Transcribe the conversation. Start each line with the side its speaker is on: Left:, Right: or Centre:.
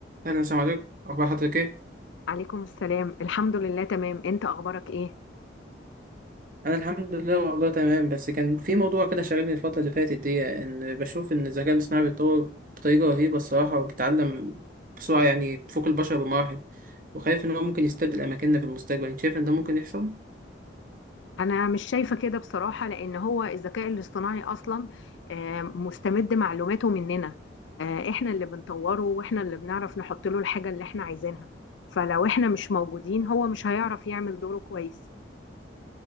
Right: أهلا السلام عليكم أخبار حضرتك إيه؟
Left: عليكم السلام الحمد لله تمام انت اخبارك ايه
Right: أنا الحمد لله والله تمام بس كان في موضوع كده شاغلني الفترة اللي فاتت دي إن بشوف إن الذكاء الاصطناعي بيتطور بطريقة رهيبة الصراحة وبيتعلم بسرعة يعني بتفوق البشر بمراحل وخايف إن هو ممكن يستبدل أماكننا في المستقبل أنت شايف إن ده ممكن يحصل؟
Left: انا مش شايفه كده بصراحه لان هو الذكاء الاصطناعي اصلا آه، مستمد معلوماته مننا آه، احنا اللي بنطوره واحنا اللي بنعرف نحط له الحاجه اللي احنا عايزينها فلو احنا مش موجودين هو مش هيعرف يعمل دوره كويس